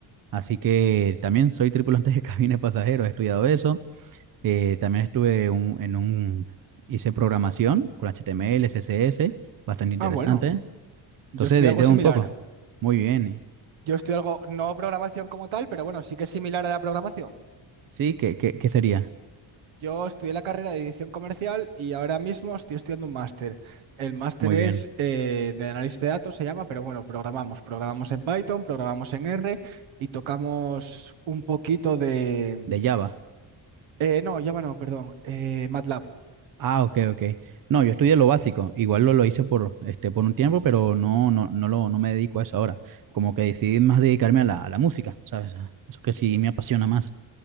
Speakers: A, on the right; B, on the right.
A: Así que también soy tripulante de <laughs> cabina de pasajeros, he estudiado eso. Eh, también estuve un- en un, hice programación con HTML, CSS, bastante interesante.
B: Ah, bueno,
A: Entonces,
B: yo estudié
A: de,
B: algo
A: de
B: similar.
A: un poco. Muy bien.
B: Yo estudio algo, no programación como tal, pero bueno, sí que es similar a la programación.
A: Sí, ¿qué, qué, qué sería?
B: Yo estudié la carrera de dirección comercial y ahora mismo estoy estudiando un máster. El máster
A: Muy
B: es
A: bien.
B: eh, de análisis de datos, se llama, pero bueno, programamos. Programamos en Python, programamos en R y tocamos un poquito de...
A: De Java.
B: eh, no, Java no, perdón, eh, MATLAB.
A: Ah, ok, ok. No, yo estudié lo básico. Igual lo, lo hice por, este, por un tiempo, pero no, no, no, lo, no me dedico a eso ahora. Como que decidí más dedicarme a la, a la música, ¿sabes? Eso que sí me apasiona más.